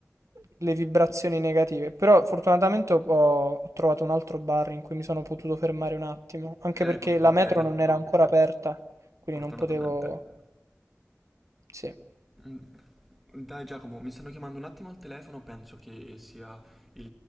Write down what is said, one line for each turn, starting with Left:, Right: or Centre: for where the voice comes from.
Right: le vibrazioni negative. Però fortunatamente ho, ho trovato un altro bar in cui mi sono potuto fermare un attimo, anche
Centre: E
Right: perché
Centre: hai potuto
Right: la metro
Centre: bere,
Right: non era ancora aperta, quindi
Centre: fortunatamente.
Right: non potevo... Sì.
Centre: Mm, Dai Giacomo, mi stanno chiamando un attimo al telefono, penso che sia il,